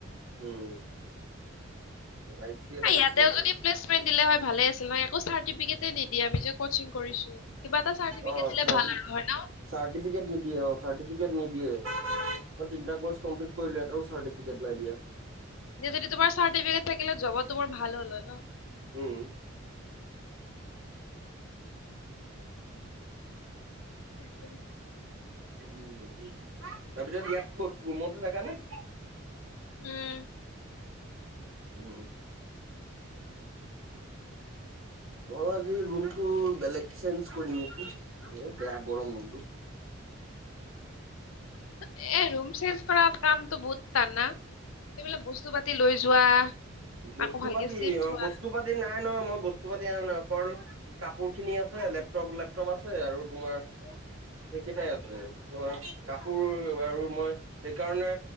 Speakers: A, on the right (about 80°); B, on the left (about 80°).
A: উম আই চি এত
B: এইয়াতে
A: আহিছিলে মানে
B: যদি পেলেচমেন দিলে হয় ভালে আছিলে একো চাৰ্টিফিকেটে নিদিয়ে আমি যে কচিং কৰিছো কিবা এটা চাৰ্টিফিকেট
A: অ
B: দিলে
A: চাৰ্টিফি
B: ভাল আৰু হয় ন?
A: নিদিয়ে অ চাৰ্টিফিকেট নিদিয়ে নিদিয়ে মই তিনিটা কৰ্চ কম্পিলিট কৰিলো এটাও চাৰ্টিফিকেট নাই দিয়া
B: যে যদি তোমাৰ চাৰ্টিফিকেট থাকিলে জবো তোমাৰ ভাল হ'ল হয় ন
A: উম
B: তাকে
A: উম তাৰপিছত ইয়াত কত ৰুমতে থাকা নে
B: উম
A: উম অ আজি ৰুমটো বেলেগ চেঞ্জ কৰিম নিকি এই বেয়া গৰম ৰুমটো
B: <unintelligible> এ ৰুম চেঞ্চ কৰাৰ কামটো বহুত টান না এইবিলাক বস্তু পাতি লৈ যোৱা
A: বস্তু
B: আকৌ ভালকে
A: পাতি
B: চিফ্ট
A: অ
B: হোৱা
A: বস্তু পাতি নাই নহয় মই বস্তু বস্তু পাতি আ নাপা ন কাপোৰ খিনি আছে লেপটপ লেপটপ আছে আৰু তোমাৰ এ কেইটাই আছে মই কাপোৰ আৰু মই সেইকাৰণে